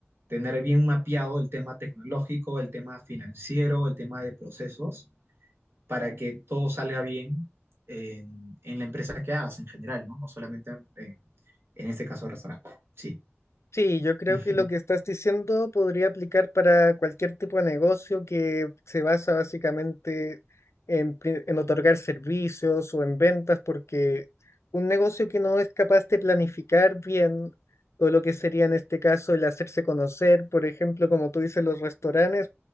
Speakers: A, on the right; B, on the left.
A: tener bien mapeado el tema tecnológico, el tema financiero, el tema de procesos para que todo salga bien en, en la empresa que hagas en general, ¿no? No solamente en, en este caso restaurante. Sí.
B: Sí, yo creo
A: Ujú.
B: que lo que estás diciendo podría aplicar para cualquier tipo de negocio que se basa básicamente en, pri- en otorgar servicios o en ventas, porque un negocio que no es capaz de planificar bien, o lo que sería en este caso el hacerse conocer, por ejemplo, como tú dices, los restaurantes,